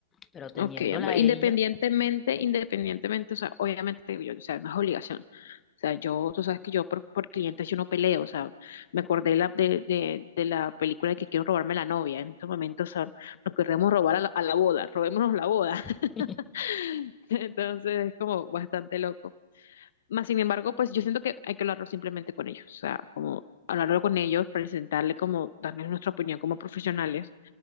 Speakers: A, on the left (about 20°); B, on the left (about 65°).
A: pero teniéndola
B: Ok, amor.
A: a
B: Independientemente,
A: ella,
B: independientemente, o sea, obviamente, yo, o sea, no es obligación. O sea, yo, tú sabes que yo por, por clientes yo no peleo. O sea, me acordé la, de, de, de la película de que quiero robarme la novia. En estos momentos, o sea, nos queremos robar a la, a la boda. Robémonos la boda. <laughs>
A: <laughs>
B: Entonces, es como bastante loco. Más sin embargo, pues yo siento que hay que hablarlo simplemente con ellos, o sea, como hablarlo con ellos, presentarle como, darles nuestra opinión como profesionales